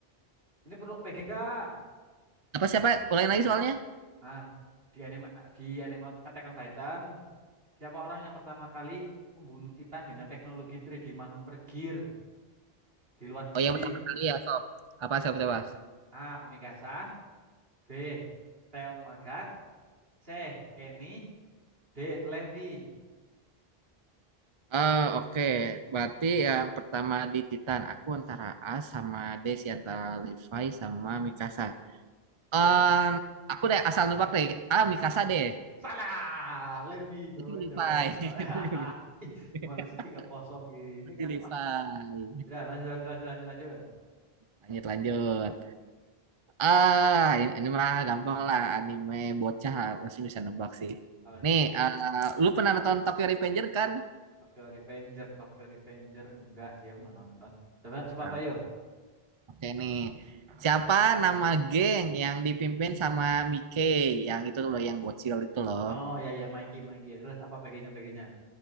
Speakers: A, on the right; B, on the right.
A: Ini perlu PG enggak?
B: Apa siapa? Ulangin lagi soalnya?
A: Nah, di anime di anime Attack on Titan, siapa orang yang pertama kali membunuh Titan dengan teknologi 3D manuver gear di luar dinding?
B: Oh yang pertama kali ya, sob. Apa siapa coba?
A: A. Mikasa B. Theo Magat C. Kenny D. Levi
B: Ah, oke. Berarti yang pertama di Titan, aku antara A sama D sih, antara Levi sama Mikasa.
A: terus
B: Em, aku deh asal nebak deh. Ah, Mikasa deh.
A: salah Levi coy
B: Berarti Levi.
A: jawabannya coy
B: <laughs>
A: <laughs> Ih, gimana sih tiga kosong gini
B: Berarti
A: kamu
B: Levi.
A: ah udah lanjut lanjut lanjut lanjut lanjut
B: Lanjut, lanjut. Ah, ini, ini mah gampang lah. Anime bocah pasti bisa nebak sih.
A: apa tuh
B: Nih, eh, lu pernah nonton Tokyo Revenger kan?
A: Tokyo Revenger Tokyo Revenger enggak sih aku nggak nonton coba coba
B: Nah,
A: apa yo?
B: Oke nih. Siapa nama geng yang dipimpin sama Mike yang itu loh yang bocil itu loh.
A: oh ya ya Mikey Mikey terus apa PG-nya PG-nya